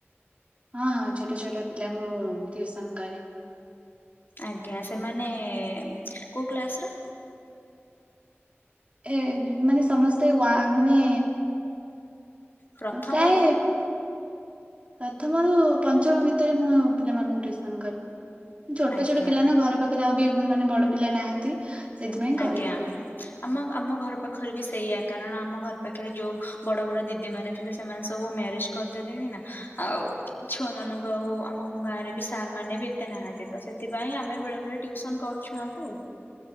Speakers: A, on the right; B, on the left.
A: ହଁ, ହଁ, ଛୋଟ ଛୋଟ ପିଲାଙ୍କୁ ମୁଁ ଟିଉସନ କରେ।
B: ଆଜ୍ଞା, ସେମାନେ କୋଉ କ୍ଲାସ ର?
A: ଏ ମାନେ ସମସ୍ତେ ୱା ମାନେ
B: ପ୍ରଥମରୁ
A: କାଇଁ <unintelligible> ପ୍ରଥମରୁୁ ପଞ୍ଚମ ଭିତରେ ମୁଁ ପିଲାମାନଙ୍କୁ ଟିଉସନ କରେ। ଛୋଟ
B: ଆଜ୍ଞା
A: ଛୋଟ ପିଲା ନା ଘର ପାଖ ର ବି ମାନେ ବଡ ପିଲା ନାହାନ୍ତି। ସେଥିପାଇଁ
B: ଆଜ୍ଞା।
A: କରିନି
B: ଆମ ଆମ ଘର ପାଖରେ ବି ସେଇଆ କାରଣ ଆମ ଘର ପାଖରେ ଯୋଉ ବଡ ବଡ ଦିଦି ମାନେ ଥିଲେ ସେମାନେ ସବୁ ମ୍ୟାରେଜ କରିଦେଲେଣି ନା ଆଉ ଛୁଆ ମାନଙ୍କୁ ଆଉ ଆମ ଗାଁ ରେ ବି ସାର୍ ମାନେ ବି ସେତେ ନାହାନ୍ତି ତ ସେଥିପାଇଁ ଆମେ ବେଳେ ବେଳେ ଟ୍ୟୁସନ କରୁଛୁଆଙ୍କୁ।